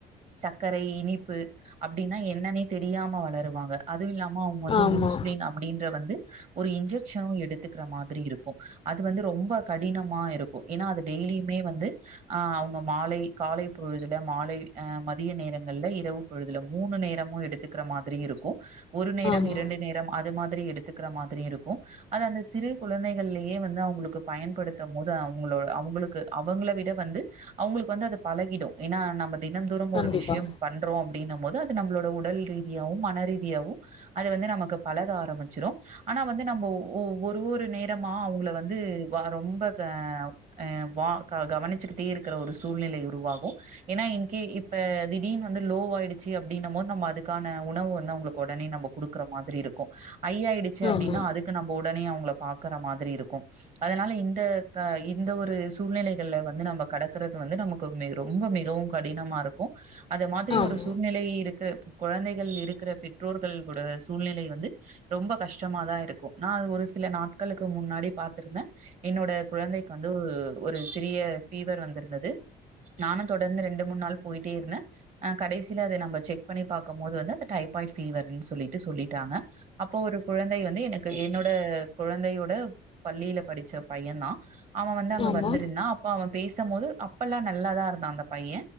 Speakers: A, on the right (about 45°); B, on the left (about 30°).
A: சக்கரை இனிப்பு அப்டின்னா என்னன்னே தெரியாம வளருவாங்க அத் துவு இல்லாம அவுங்க வந்து
B: ஆமா
A: இன்சுலின் அப்டின்ற வந்து ஒரு இன்ஜெக்ஷனு எடுத்துக்ற மாதிரி இரு கு அது வந்து ரொம்ப கடினமா இருக்கு ஏனா அது டெய்லிமே வந்து அ அவுங்க மாலை காலை பொழுதுல மாலை அ மதிய நேரங்கள்ல்ல இரவு பொழுதுல மூணு நேரமு எடுத்துக்கற மாதிரி இருக்கு ஒரு நேரம்
B: ஆமா
A: இரண்டு நேரம் அது மா திரி எடுத்துக்கற மாதிரி இருக்கு அது அந்த சிறு குழந்தை கள்லியே வந்து அவுங்குளுக்கு பயன்படுத்தம் மோது அவுங்ளோ அவுங்ளுக்கு அவுங்ள விட வந்து அவுங்களுக்கு வந்து அது பழகிடு ஏனா நம்ப தினம் தோறும்
B: கண்டிப்பா
A: ஒரு விஷ்யம் பண்றோ ப்டின்னம் மோது அது நம்ளோட உடல் ரீதியாவு மனரீதியாவு அது வந்து நமக்கு பழக ஆரமிச்சிரு ஆனா வந்து நம்போ ஒ ஒரு ஒரு நே ட்டம்மா அவுங்கள வந்து வ ரொம்ப க அ வா க கவனிச்சுக்கிட்டே இருக்கற ஒரு சூழ்நிலை உருவாகு ஏனா இன்கே இப்ப திடீன் வந்து லோ ஆயிடிச்சி அப்டின்னம்மோ நம்ம அதுக்கான உணவு வ அவுங்களுக் ஒடனே நம்போ குடுக்கற மாதிரி இருக்கு ஐய் ஆயிடுச்சு அப்டினா
B: ஆமா
A: அதுக்கு நம்போ உடனே அவு <unintelligible> க்கற மாதிரி இருக்கு அதனால இந்த க இந்த ஒரு சூழ்நிலைகள்ல வந்து நம்ப கடக்கறது வந்து நமக்கு மெ ரொம்ப மிகவும் கடினமாருக்கு அது மாதிரி
B: ஆமா
A: ஒரு சூழ்நிலை இரு க்கு ப்ப கொழந்தைகள் இருக்கற பெற்றோர்கள் கூட சூழ்நிலை வந்து ரொம்ப கஷ்டமா தா இருக்கு நா அத ஒரு சில நாட் ட்க்களுக்கு முன்னாடி பாத்திருந்தே என்னோட குழந்தைக்கு வந்து ஒ ஒரு சிறிய ஃபீவர் வந்திருந்தது நானு தொடர்ந்து ரெண்டு மூண் நாள் போயிட்டேருந்தே ஆ கடைசில அத நம்ப செக் பண்ணி பாக்கம் மோது வந்து அத டைப்பாய்ட் ஃபீவர்ன் சொல்லிட்டு சொல்லிட்டாங்க அப்போ ஒரு குழந்தை வந்து எனக்கு என்னோட குழந்தையோட பள்ளில படிச்ச பையந்தா அவ வந்து அங்க
B: ஆமா
A: வந்திருந்தா அப்ப அவ பேசம் மோது அப்பெல்லா நல்லாதா இருந்தா அந்த பைய